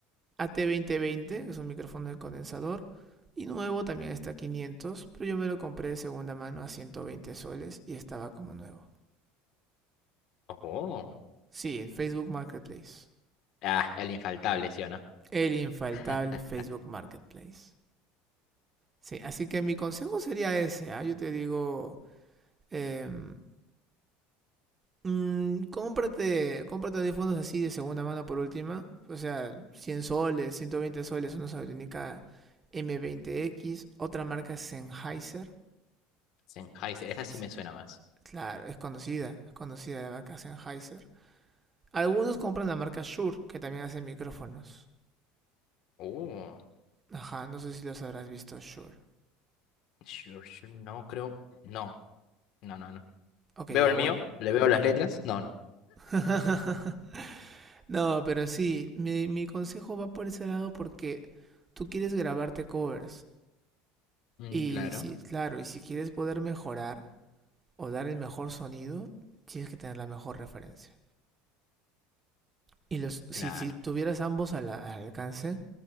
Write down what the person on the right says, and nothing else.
AT2020, es un micrófono de condensador. Y nuevo también está a 500, pero yo me lo compré de segunda mano a 120 soles y estaba como nuevo.
Sí, en Facebook Marketplace.
El infaltable
Facebook Marketplace. Sí, así que mi consejo sería ese. ¿ah? Yo te digo, em, Mm, cómprate, cómprate audífonos así de segunda mano por última. O sea, 100 soles, 120 soles, una Sony m veinte x Otra marca es Sennheiser.
Sí,
Claro, es conocida, es conocida la marca Sennheiser. Algunos compran la marca Shure, que también hace micrófonos.
Ajá, no sé si los habrás visto, Shure.
Ok,
ya
bueno.
<laughs> No, pero sí, mi, mi consejo va por ese lado porque tú quieres grabarte covers.
Y
sí, claro, y si quieres poder mejorar, o dar el mejor sonido, tienes que tener la mejor referencia. Y los, si,
si tuvieras ambos al, al alcance